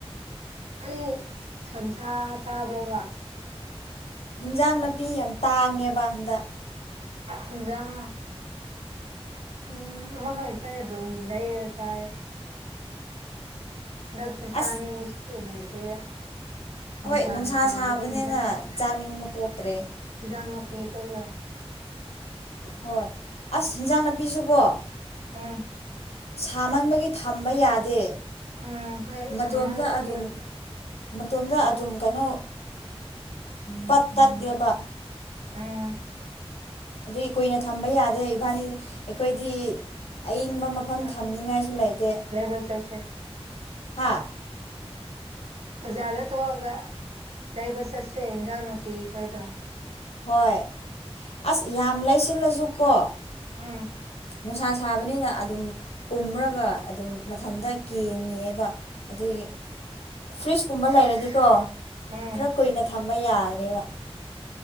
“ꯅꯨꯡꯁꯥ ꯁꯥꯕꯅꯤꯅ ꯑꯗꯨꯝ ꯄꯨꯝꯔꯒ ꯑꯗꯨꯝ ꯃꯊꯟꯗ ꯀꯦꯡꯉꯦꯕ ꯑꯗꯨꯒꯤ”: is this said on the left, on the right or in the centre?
Left